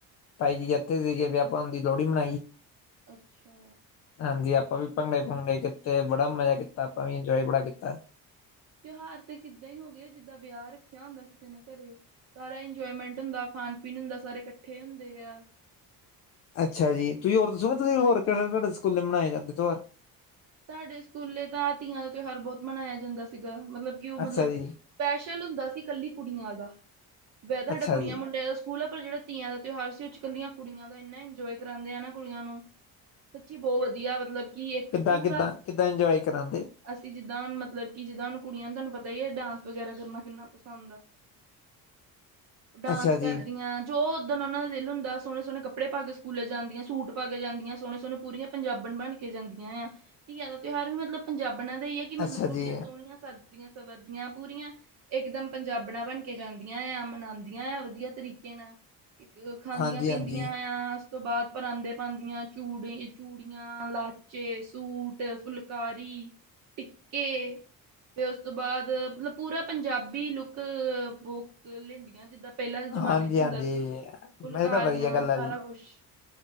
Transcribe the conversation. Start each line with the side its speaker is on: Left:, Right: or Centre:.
Left: ਤਾਈ ਜ ਇੱਥੇ ਸੀਗੇ ਵੀ ਆਪਾਂ ਹ ਦੀ ਲੋਹੜੀ ਮਨਾਈ
Right: ਅੱਛਾ
Left: ਹਾਂਜੀ ਆਪਾਂ ਵੀ ਭੰਗੜੇ-ਭੰਗੜੇ ਕੀਤੇ। ਬੜਾ ਮਜਾ ਕੀਤਾ। ਆਪਾਂ ਵੀ ਇੰਜੋਏ ਬੜਾ ਕੀਤਾ।
Right: ਤਿਉਹਾਰ ਤੇ ਕਿੱਦਾਂ ਹੀ ਹੋ ਗਏ। ਜਿੱਦਾਂ ਵਿਆਹ ਰੱਖਿਆ ਹੁੰਦਾ। ਕਿਸੇ ਨੇ ਕਰੇ ਸਾਰਾ ਇੰਜੋਏਮੈਂਟ ਹੁੰਦਾ। ਖਾਣ- ਪੀਣ ਹੁੰਦਾ। ਸਾਰੇ ਇਕੱਠੇ ਹੁੰਦੇ ਆ
Left: ਅੱਛਾ ਜੀ, ਤੁਸੀਂ ਹੋਰ ਦੱਸੋ ਨਾ। ਤੁਸੀਂ ਹੋਰ ਕਿਹੜੇ -ਕਿਹੜੇ ਤੁਹਾਡੇ ਸਕੂਲੇ ਮਨਾਏ ਜਾਂਦੇ। ਤਿਉਹਾਰ
Right: ਸਾਡੇ ਸਕੂਲੇ ਤਾਂ ਤੀਆਂ ਦਾ ਤਿਉਹਾਰ ਬਹੁਤ ਮਨਾਇਆ ਜਾਂਦਾ ਸੀਗਾ। ਮਤਲੱਬ ਕਿ ਉਹ ਮਤਲੱਬ
Left: ਅੱਛਾ ਜੀ
Right: ਸਪੈਸ਼ਲ ਹੁੰਦਾ ਸੀ। ਇਕੱਲੀ ਕੁੜੀਆਂ ਦਾ, ਵੈਸੇ ਤਾਂ
Left: ਅੱਛਾ
Right: ਸਾਡਾ ਕੁੜੀਆਂ
Left: ਜੀ
Right: ਮੁੰਡਿਆਂ ਦਾ ਸਕੂਲ ਆ ਪਰ ਜਿਹੜਾ ਤੀਆਂ ਦਾ ਤਿਉਹਾਰ ਸੀ। ਉਹੱਦੇ ਚੱ ਕਲੀਆਂ ਕੁੜੀਆਂ ਦਾ ਇੰਨਾ ਇੰਜੋਏ ਕਰਾਉਂਦੇ ਨਾ ਕੁੜੀਆਂ ਨੂੰ। ਸੱਚੀ, ਬਹੁਤ ਵਧੀਆ। ਮਤਲੱਬ ਕੀ ਇੱਕ
Left: ਕਿੱਦਾਂ-ਕਿੱਦਾਂ,
Right: ਪੂਰਾ
Left: ਕਿੱਦਾਂ ਇੰਜੋਏ ਕਰਾਂਂਦੇ।
Right: ਅਸੀਂ ਜਿੱਦਾਂ ਹੁਣ ਮਤਲੱਬ ਕੀ ਜਿੱਦਾਂ ਹੁਣ ਕੁੜੀਆਂ ਨੇ ਤਾਨੂੰ ਪਤਾ ਈ ਐ, ਡਾਂਸ ਵਗੈਰਾ ਕਰਨਾ ਕਿੰਨਾ ਪਸੰਦ ਐ। ਡਾਂਸ
Left: ਅੱਛਾ
Right: ਕਰਦੀਆਂ
Left: ਜੀ
Right: ਜੋ ਓਦਣ ਓਨਾਂ ਦਾ ਦਿਲ ਹੁੰਦਾ, ਸੋਣੇ-ਸੋਣੇ ਕੱਪੜੇ ਪਾ ਕੇ ਸਕੂਲੇ ਜਾਂਦੀਆਂ। ਸੂਟ ਪਾ ਕੇ ਜਾਂਦੀਆਂ, ਸੋਣੇ ਸੋਣੇ। ਪੂਰੀਆਂ ਪੰਜਾਬਣ ਬਣ ਕੇ ਜਾਂਦੀਆਂ ਆਂ। ਤੀਆਂ ਦਾ ਤਿਉਹਾਰ ਵੀ ਮਤਲੱਬ ਪੰਜਾਬਣਾਂ ਦਾ ਈ ਐ ਕਿ ਮਤਲੱਬ
Left: ਅੱਛਾ
Right: ਕੁੜੀਆਂ
Left: ਜੀ
Right: ਸੋਣੀਆਂ ਸਜਦੀਆਂ ਸਵਰਦੀਆਂ ਪੂਰੀਆਂ। ਇਕ ਦਮ ਪੰਜਾਬਣਾ ਬਣ ਕੇ ਜਾਂਦੀਆਂ ਆ, ਮਨਾਂਦੀਆਂ ਆਂ, ਵਧੀਆ ਤਰੀਕੇ ਨਾਲ। ਇੱਕ ਖਾਂਦੀ
Left: ਹਾਂਜੀ
Right: ਪੀਂਦੀਆਂ
Left: ਹਾਂਜੀ
Right: ਆ ਉਸ ਤੋਂ ਬਾਅਦ ਪਰਾਂਂਦੇ ਪਾਂਦੀਆਂ, ਚੂੜੀ ਚੂੜੀਆਂ ਲਾਚੇ ਸ ਸੂਟ, ਫੁਲਕਾਰੀ, ਟਿੱਕੇ ਫਿਰ ਉਸ ਤੋਂ ਬਾਅਦ ਮਤਲੱਬ ਪੂਰਾ ਪੰਜਾਬੀ ਲੁੱਕ ਬੁੱਕ ਲੈਂਦੀਆਂ ਜਿੱਦਾ ਪੈਲਾਂ ਦੇ ਜ਼ਮਾਨੇ
Left: ਹਾਂਜੀ
Right: ਚ ਹੁੰਦਾ
Left: ਹਾਂਜੀ
Right: ਸੀ, ਫੁਲਕਾਰੀਆਂ
Left: ਇਹ ਤਾਂ ਵਧੀਆ ਗੱਲ ਆ
Right: ਸਾਰਾ
Left: ਜੀ
Right: ਕੁੱਛ। ਫਿ